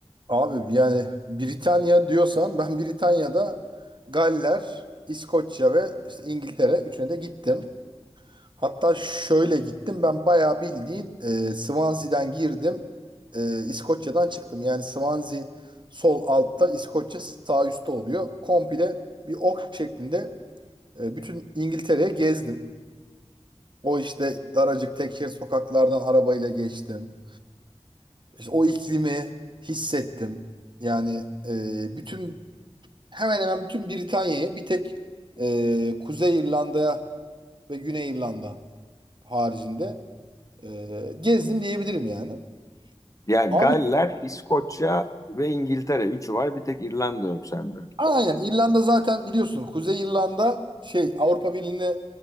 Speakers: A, on the right (about 45°); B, on the left (about 30°).
A: Abi yani Britanya diyorsan ben Britanya'da Galler, İskoçya ve işte İngiltere üçüne de gittim. Hatta şöyle gittim ben bayağı bildiğin e, Swansea'den girdim e, İskoçya'dan çıktım. Yani Swansea sol altta İskoçya sağ üstte oluyor. Komple bir ok şeklinde e, bütün İngiltere'ye gezdim. O işte daracık tek şerit sokaklardan arabayla geçtim. İşte o iklimi hissettim. Yani e, bütün hemen hemen bütün Britanya'yı bir tek e, Kuzey İrlanda ve Güney İrlanda haricinde e, gezdim diyebilirim yani.
B: Ya Galler,
A: Abi
B: İskoçya ve İngiltere. Üçü var. Bir tek İrlanda yok sende.
A: aynen İrlanda zaten biliyorsun Kuzey İrlanda şey Avrupa Birliği'ne